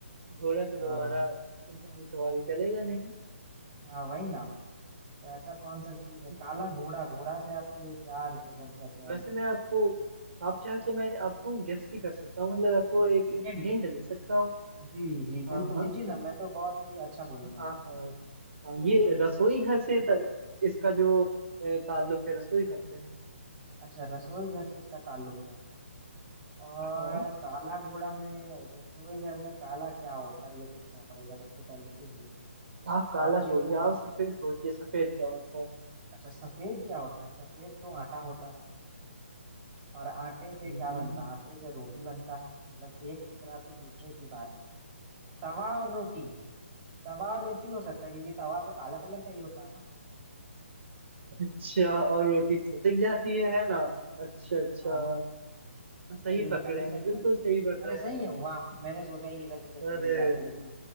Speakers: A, on the right (about 65°); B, on the right (about 20°).
A: घोड़ा तो
B: हाँ
A: दोबारा इंसान की सवारी करेगा नहीं
B: हाँ वही ना तो ऐसा कौन सा चीज है
A: हम्म,
B: काला
A: हम्म,
B: घोड़ा
A: हम्म।
B: घोड़ा से आप क्या रिप्रेजेंट कर रहे
A: वैसे
B: हैं
A: मैं आपको आप चाहे तो मैं आपको गेस भी कर सकता हूँ मतलब आपको एक
B: हिंट
A: हिंट दे सकता हूँ
B: जी जी
A: हाँ
B: बिल्कुल
A: हाँ
B: दीजिए ना मैं तो बहुत ही अच्छा बोलूंगा
A: हाँ
B: उसे
A: हाँ हाँ, ये रसोई घर से त, इसका जो अ, ताल्लुक है रसोई घर से है
B: अच्छा रसोई घर से इसका ताल्लुक है और
A: हाँ
B: काला घोड़ा में रसोई घर में काला क्या होता है ये सोचना पड़ेगा सबसे पहले तो ये
A: आप काला
B: और
A: छोड़िए
B: एक उत-
A: आप सफेद सोचिए सफेद क्या होता है
B: अच्छा सफेद क्या होता है सफेद तो आटा होता है और आटे से
A: हम्म,
B: क्या बनता है आटे से रोटी बनता है मतलब एक उतरा तो दूसरे की बारी तवा और रोटी तवा और रोटी हो सकता है क्योंकि तवा तो काला कलर का ही होता है ना
A: अच्छा और रोटी से सिक जाती है है ना अच्छा अच्छा
B: हाँ
A: सही
B: चलिए बताइए
A: पकड़े हैं
B: सही
A: बिल्कुल
B: है
A: सही पकड़े
B: अरे सही
A: हैं
B: है वाह मैंने सोचा ही नहीं था कि ये सही
A: अरे
B: हो जाएगा लेकिन